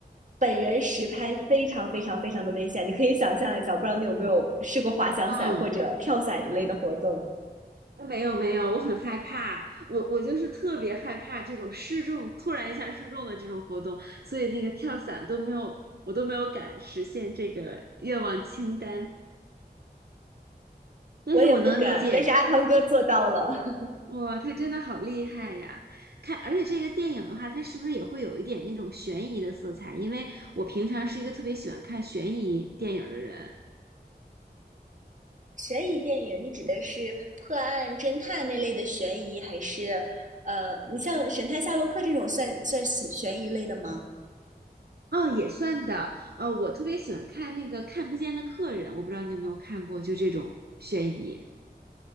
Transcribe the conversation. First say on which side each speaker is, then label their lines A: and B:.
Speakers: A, on the right; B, on the right.
A: 本人实拍非常非常非常的危险，你可以想象一下，我不知道你有没有试过滑翔伞或者跳伞一类的活动。
B: 嗯，没有没有，我很害怕，我我就是特别害怕这种失重，突然一下失重的这种活动，所以那个跳伞都没有，我都没有敢实现这个愿望清单。但是我能理解，
A: 我也不敢，但是阿汤哥做到了。<laughs>
B: 哇，他真的好厉害呀！看，而且这个电影的话，它是不是也会有一点那种悬疑的色彩？因为我平常是一个特别喜欢看悬疑电影的人，
A: 悬疑电影，你指的是破案侦探那类的悬疑，还是呃，你像《神探夏洛克》这种算算悬疑类的吗？
B: 哦，也算的。呃，我特别喜欢看那个《看不见的客人》，我不知道你有没有看过，就这种悬疑。